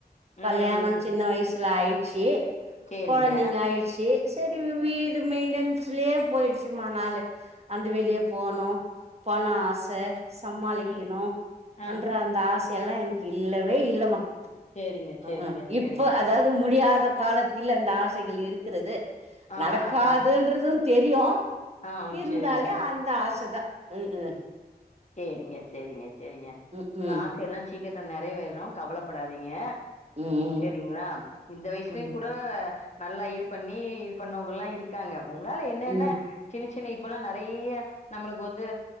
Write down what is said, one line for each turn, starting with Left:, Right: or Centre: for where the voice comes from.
Left: ம்
Right: கல்யாணோ சின்ன வயசுல ஆயிட்ச்சு
Left: சேரிங்க
Right: கொழந்தைங்க ஆயிச் ச்சு சரி வீடு மெயிண்டன்ஸ்லயே போயிடுச்சுமா நாலு அந்த வெளிய போனு போனா ஆச சமாளிக்கணு
Left: ம் ஆ
Right: அன்ற அந்த ஆசையல்லா எனக்கு இல்லவே இல்லமா
Left: சேரிங்க சேரிங்க
Right: அ அ
Left: சேரிங்க
Right: இப்ப அதாவது
Left: சே
Right: முடியாத காலத் இல்ல அந்த ஆசைகள் இருக்கிறது
Left: ஆ
Right: நடக்காதுன்றது
Left: ஆ ஆ
Right: தெரியு
Left: ஆ
Right: இருந்தாலே
Left: சேரிங்க
Right: அந்த ஆசதா ம் ம்
Left: சேரிங்க சேரிங்க சேரிங்க
Right: ம்
Left: உங்க ஆசையல்லா சீக்கிரத்துல நெறை வேறு கவலப்படாதீங்க
Right: ம்
Left: சேரிங்களா இந்த வைசுலயு
Right: ம்
Left: கூட நல்லா இது பண்ணி இது பண்ணவங்க எல்லா இருக் இருக்காங்க உங்களால என்னென்ன
Right: ம்
Left: சின்ன சின்ன இப்பல்லா நெறய நம்மளுக்கு வந்து